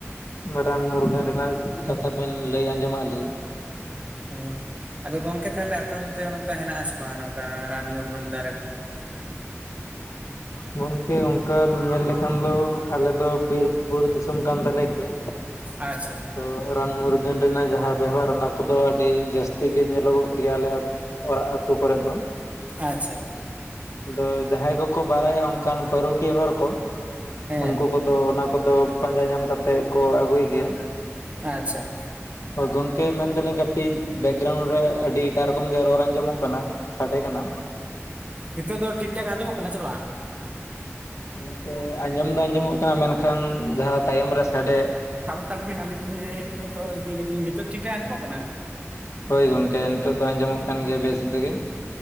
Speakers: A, on the left; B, on the right.
A: ᱨᱟᱱ ᱢᱩᱨᱜᱟᱹᱱ ᱨᱮᱱᱟᱜ ᱠᱟᱛᱷᱟ ᱵᱮᱱ ᱞᱟᱹᱭ ᱟᱸᱡᱚᱢᱟᱜ ᱞᱤᱧᱟᱹ᱾
B: ᱦᱮᱸ ᱟᱫᱚ ᱜᱚᱝᱠᱮ ᱛᱷᱟᱞᱮ ᱟᱯᱮ ᱚᱱ ᱛᱮ ᱱᱚᱝᱠᱟ ᱦᱮᱱᱟᱜᱼᱟ ᱥᱮ ᱵᱟᱝᱼᱟ ᱱᱚᱝᱠᱟ ᱨᱟᱱ ᱢᱩᱨᱜᱟᱹᱱ ᱫᱟᱨᱮ ᱠᱚ?
A: ᱜᱚᱝᱠᱮ ᱚᱝᱠᱟ ᱧᱮᱞ ᱞᱮᱠᱷᱟᱱ ᱫᱚ ᱟᱞᱮ ᱫᱚ ᱵᱤᱨ ᱵᱩᱨᱩ ᱫᱤᱥᱚᱢ ᱠᱟᱱ ᱛᱟᱞᱮ ᱜᱮᱭᱟ᱾
B: ᱟᱪᱪᱷᱟ
A: ᱛᱚ ᱨᱟᱱ ᱢᱩᱨᱜᱟᱹᱱ ᱨᱮᱱᱟᱜ ᱡᱟᱦᱟᱸ ᱵᱮᱵᱦᱟᱨ ᱚᱱᱟ ᱠᱚᱫᱚ ᱟᱹᱰᱤ ᱡᱟᱹᱥᱛᱤ ᱜᱮ ᱧᱮᱞᱚᱜᱚᱜ ᱜᱮᱭᱟ ᱟᱞᱮ ᱟᱛ ᱚᱲᱟᱜ ᱟᱹᱛᱩ ᱠᱚᱨᱮᱜ ᱫᱚ,
B: ᱟᱪᱪᱷᱟ
A: ᱟᱫᱚ ᱡᱟᱦᱟᱸᱭ ᱠᱚᱠᱚ ᱵᱟᱲᱟᱭᱟ ᱚᱱᱠᱟᱱ ᱯᱟᱹᱨᱩᱠᱷᱤᱭᱟᱹ ᱦᱚᱲ ᱠᱚ
B: ᱦᱮᱸ
A: ᱩᱱᱠᱩ ᱠᱚᱫᱚ ᱚᱱᱟ ᱠᱚᱫᱚ ᱯᱟᱸᱡᱟ ᱧᱟᱢ ᱠᱟᱛᱮᱜ ᱠᱚ ᱟᱹᱜᱩᱭ ᱜᱮᱭᱟ᱾
B: ᱟᱪᱪᱷᱟ
A: ᱦᱚᱸ ᱜᱚᱝᱠᱮ ᱢᱮᱱᱫᱟᱞᱤᱧ ᱠᱟᱹᱴᱤᱡ ᱵᱮᱠᱜᱨᱟᱣᱩᱱᱰ ᱨᱮ ᱟᱹᱰᱤ ᱮᱴᱟᱜ ᱨᱚᱠᱚᱢ ᱜᱮ ᱨᱚᱲ ᱟᱸᱡᱚᱢᱚᱜ ᱠᱟᱱᱟ᱾ ᱥᱟᱰᱮ ᱠᱟᱱᱟ
B: ᱦᱤᱛᱚᱜ ᱫᱚ ᱴᱷᱤᱠ ᱴᱷᱟᱠ ᱟᱸᱡᱚᱢᱚᱜ ᱠᱟᱱᱟ ᱥᱮ ᱵᱟᱝ?
A: ᱜᱚᱝᱠᱮ ᱟᱸᱡᱚᱢ ᱫᱚ ᱟᱸᱡᱚᱢᱚᱜ ᱠᱟᱱᱟ ᱢᱮᱱᱠᱷᱟᱱ ᱡᱟᱦᱟᱸ ᱛᱟᱭᱚᱢ ᱨᱮ ᱥᱟᱰᱮ
B: ᱦᱟᱛᱟᱲᱵᱤᱱ ᱟᱹᱞᱤᱧ ᱱᱤᱛᱚᱜ ᱫᱚ ᱤᱫᱤ ᱞᱤᱜᱤ ᱞᱤᱧ ᱱᱤᱛᱚᱜ ᱴᱷᱤᱠ ᱴᱷᱟᱠ ᱟᱸᱡᱚᱢᱚᱜ ᱠᱟᱱᱟ?
A: ᱦᱳᱭ ᱜᱚᱝᱠᱮ, ᱱᱤᱛᱚᱜ ᱫᱚ ᱟᱸᱡᱚᱢᱚᱜ ᱠᱟᱱ ᱜᱮᱭᱟ ᱵᱮᱥ ᱛᱮᱜᱮ ᱾